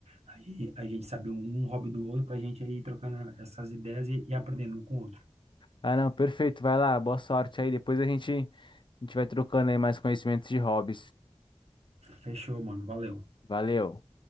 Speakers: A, on the right; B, on the left.
A: A gente, a gente saber um, um hobby do outro pra gente aí trocando essas ideias e, e aprendendo um com o outro.
B: Ah, não, perfeito, vai lá, boa sorte aí, depois a gente A gente vai trocando aí mais conhecimentos de hobbies.
A: Fechou, mano. Valeu.
B: Valeu.